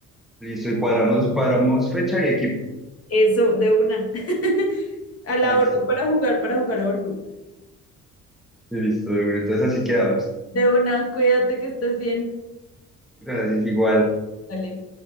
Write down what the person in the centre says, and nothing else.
listo, y cuadramos, cuadramos fecha y equipo,
listo,
listo, de una. entonces así quedamos.
Gracias, igual.